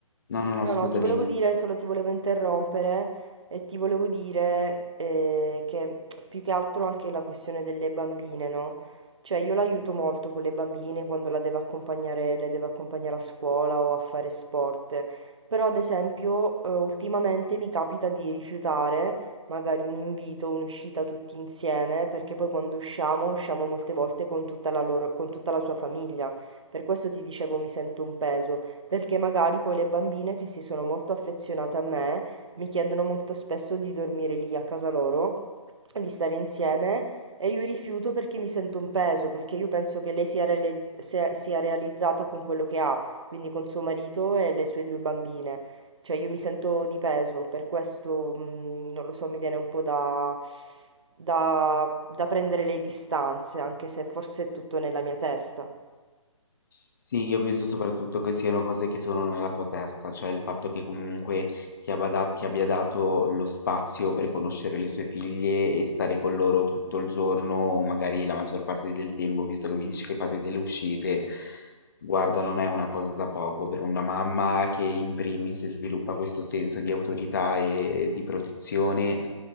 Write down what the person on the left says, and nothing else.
no, no, no,
scusa,
dimmi.
Sì, io penso soprattutto che siano cose che sono nella tua testa, cioè il fatto che comunque ti abbia, da- ti abbia dato lo spazio per conoscere le sue figlie e stare con loro tutto il giorno, o magari la maggior parte del tempo, visto che mi dici che fate delle uscite. Guarda, non è una cosa da poco per una mamma che in primis sviluppa questo senso di autorità e di protezione,